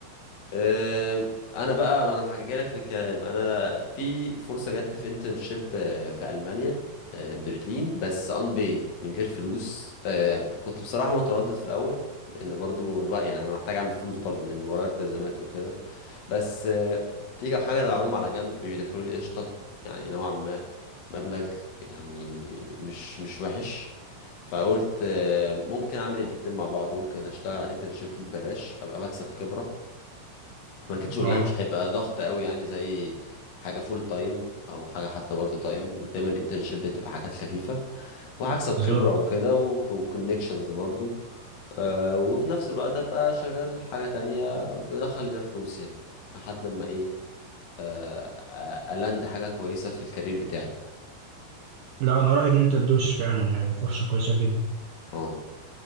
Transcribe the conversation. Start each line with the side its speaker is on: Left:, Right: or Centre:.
Left: أم، انا بقى ما انا هحكي لك في الكلام انا في فرصه جت في انترنشيب في المانيا أه، برلين بس ان بيد من غير فلوس أم، كنت بصراحه متردد في الاول لان برضو الوقت يعني انا محتاج اعمل فلوس برضو لان ورايا التزامات وكده بس آه، في كام حاجة أنا بعملهم على جنب بيدخلوا لي قشطة يعني نوعا ما مبلغ يعني مش مش وحش فقلت آه، ممكن أعمل الاتنين مع بعض ممكن أشتغل على الانترنشيب دي ببلاش أبقى بكسب خبرة هو اكيد شغلها
Right: اه
Left: مش هيبقى ضغط قوي يعني زي حاجه فول تايم او حاجه حتى بارت تايم دايما الانترنشيب بتبقى حاجات خفيفه وهكسب خبره
Right: بالظبط
Left: وكده وكونكشنز برضو آه وفي نفس الوقت ابقى شغال حاجه تانية بدخل بيها فلوس يعني لحد ما ايه آه آه، الاند حاجه كويسه في الكارير بتاعي
Right: لا انا رأيي ان انت تدوس فعلا يعني فرصة كويسة جدا
Left: اه